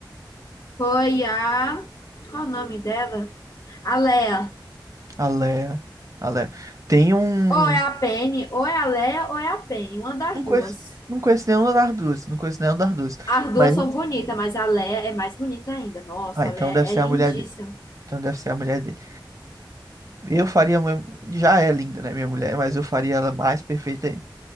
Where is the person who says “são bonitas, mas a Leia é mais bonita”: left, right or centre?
Left